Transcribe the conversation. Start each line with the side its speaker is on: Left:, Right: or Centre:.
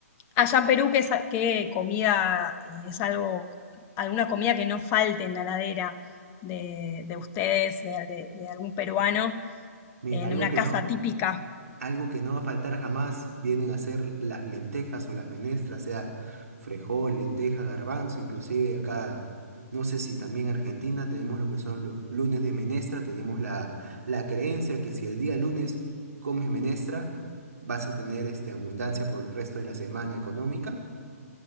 Left: allá en Perú, ¿qué, sa- qué comida eh, es algo, alguna comida que no falte en la heladera de, de ustedes, de, de- de algún peruano,
Right: Mira,
Left: en
Right: algo
Left: una
Right: que
Left: casa
Right: no,
Left: típica?
Right: Algo que no va a faltar jamás vienen a ser las lentejas o las menestras, sea frejol, lenteja, garbanzo, inclusive acá, no sé si también Argentina tenemos lo que son los lunes de menestra, tenemos la, la creencia que si el día lunes comes menestra, vas a tener este, abundancia por el resto de la semana económica.